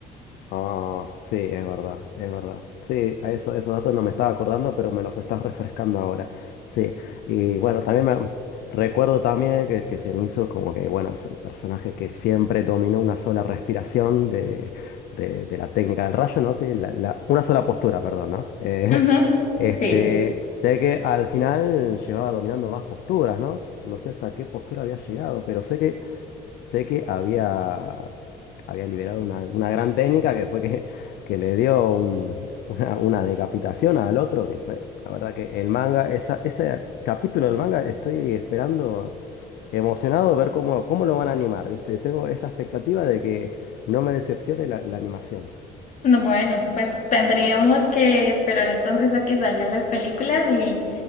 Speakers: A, on the left; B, on the left.
A: Ah, sí, es verdad, es verdad. Sí, a eso, esos datos no me estaba acordando, pero me los estás refrescando ahora. Sí, y bueno, también me recuerdo también que, que Zenitsu como que, bueno, es el personaje que siempre dominó una sola respiración de, de- de la técnica del rayo, ¿no? Sí, la- la- una sola postura, perdón, ¿no? Eh,
B: Ujú,
A: <laughs> este,
B: sí.
A: sé que al final llevaba dominando más posturas, ¿no? No sé hasta qué postura había llegado, pero sé que Sé que había, había liberado una, una gran técnica que fue que, que le dio un- una, una decapitación al otro, que fue, la verdad que el manga, esa, ese capítulo del manga estoy esperando emocionado ver cómo, cómo lo van a animar, ¿viste? Tengo esa expectativa de que no me decepcione la, la animación.
B: No, Bueno, pues tendríamos que esperar entonces a que salgan las películas y.